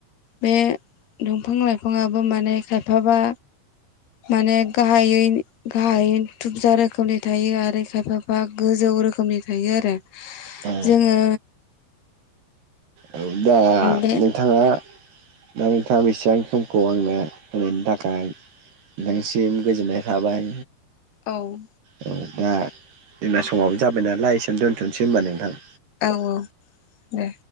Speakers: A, on the left; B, on the right.
A: बे दंफां लाइ फाङाबो माने खायफाबा माने गाहायै गाहाय थुबजा रोखोमनि थायो आरो खायफाफा गोजौ रोखोमनि थायो आरो
B: औ
A: जोङो
B: औ दा
A: बे
B: नोंथाङा दा नोंथाङा बेसेबां समखौ आंनो होनायनि थाखाय नोंथांनिसिम गोजोननाय थाबाय।
A: औ
B: औ दा जोंना समाबो जाबाय नालाय एसेयावनो दोन्थ'नोसै होनबा नोंथां।
A: औ औ दे।